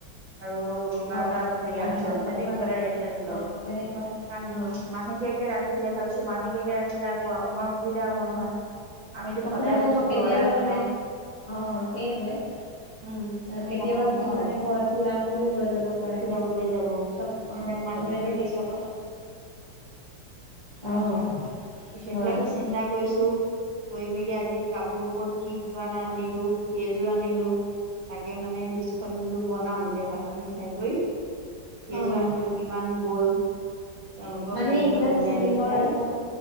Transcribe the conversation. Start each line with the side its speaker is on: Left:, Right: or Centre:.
Right: আৰু কিবা
Left: অ',
Right: এটা হেৰি
Left: আধা
Right: আমি ল'ম তেনেক
Left: আপোনাক
Right: কিবা
Left: আপোন
Right: এটা ৰেট কাটি ল'ম।
Left: অ', তেনেকুৱা
Right: কাৰণ
Left: অ'।
Right: মাহেকীয়াকে ৰাখিলে ভাবিছো মাহেকীয়াকে ৰাখিলে আকৌ আমাৰ অসুবিধা হ'ব নহয় আমিতো
Left: অসুবিধা
Right: সদায় বস্তুতটো
Left: হ'ব কেতিয়াবা
Right: অৰ্ডাৰ নোপাওঁ।
Left: মানে অ', সেইটোৱে। আহ
Right: উম আমি
Left: কেতিয়াবা
Right: নাপাওঁ
Left: কিছুমানে
Right: হয়
Left: ঘৰত চিলাম বুলিও লৈ যাব পাৰে
Right: চিৰাং
Left: ন'।
Right: লৈ যাব
Left: অ',
Right: তেওঁ মাহেকীয়াকে
Left: চবেইটো নিদিব।
Right: হয়ে
Left: অ',
Right: নহয় সেইবিলাকো
Left: হয়
Right: চিন্তা কৰিছো। কৰি মেলি আজি কাপোৰ ক'ত কি কি আনিলো কেইযোৰ আনিলো? তাকে মানে লিষ্ট খন বোলো বনাম এতিয়া ভাত পানী খাই কৰি। কেইযোৰ
Left: অ'।
Right: আনিলো, কিমান গ'ল? তেওঁলোকৰ
Left: মানে
Right: হেৰিখন
Left: এইবিলাক
Right: উলিয়াই
Left: চিলিকৰ
Right: লৈ পেলাই
Left: এইবিলাক।